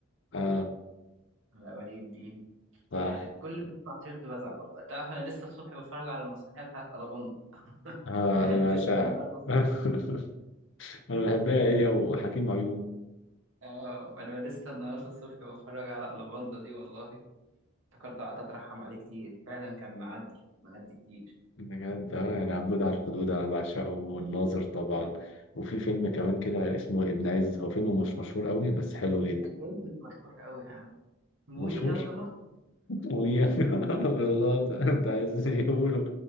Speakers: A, on the left (about 65°); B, on the right (about 80°).
A: اه
B: على ولي الدين
A: صح
B: ياه، كل ما بسمع سيرته بزعل والله تعرف أنا لسه الصبح بتفرج على المسرحية بتاعت ألاباندا
A: اه
B: <laughs>
A: أنا بعشقها
B: لسه النهاردة الصبح
A: <laughs> أنا بحبها هي وحكيم عيون
B: آه أنا لسه النهاردة الصبح بتفرج على ألاباندا دي والله افتكرت قعدت أترحم عليه كتير فعلا كان معدي معدي كتير
A: بجد اه يعني عبود على الحدود انا بعشقه والناظر طبعا وفي فيلم كمان كده اسمه ابن عز هو فيلم مش مشهور قوي بس حلو جدا
B: الواد مش مشهور قوي يا عم موي
A: مشهور
B: انجما
A: طويل <laughs> بالظبط انت عايز يقولوا